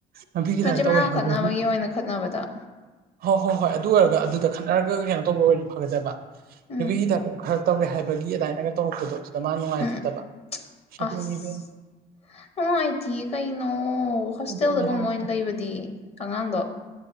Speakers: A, on the right; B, on the left.
A: ꯅꯨꯄꯤꯒꯤ
B: ꯃꯆꯤꯟ
A: ꯇꯥꯏꯞ ꯇꯧꯋꯦ
B: ꯃꯅꯥꯎ
A: ꯍꯥꯏꯕꯣ
B: <unintelligible> ꯑꯣꯏꯅ ꯈꯠꯅꯕꯗ
A: ꯍꯣ ꯍꯣꯏ ꯍꯣꯏ ꯑꯗꯨ ꯑꯣꯏꯔꯒ ꯑꯗꯨꯗ ꯈꯠꯅꯔꯒ ꯀꯩꯅꯣ ꯇꯧꯕ ꯑꯣꯏꯔꯗꯤ ꯐꯒꯗꯕ
B: ꯎꯝ
A: ꯅꯨꯄꯤꯒꯤ ꯇꯥꯏꯞꯇ ꯋꯈꯜ ꯇꯧꯔꯦ ꯍꯥꯏꯕꯒꯤ ꯑꯗꯥꯏꯅꯒ ꯇꯧꯔꯛꯄꯗꯣ ꯑꯗꯥ ꯃꯥꯅ ꯅꯨꯡꯉꯥꯏꯖꯗꯕ
B: ꯎꯝ ꯑꯁ
A: ꯑꯗꯨꯅꯤ ꯏꯕꯦꯝꯃ
B: ꯅꯨꯡꯉꯥꯏꯇꯤꯌꯦ ꯀꯩꯅꯣ ꯍꯣꯁꯇꯦꯜꯗꯒꯨꯝꯕ
A: ꯑꯗꯨꯅꯦ ꯍꯥꯏꯁꯦ
B: ꯑꯣꯏꯅ ꯂꯩꯕꯗꯤ ꯑꯉꯥꯡꯗꯣ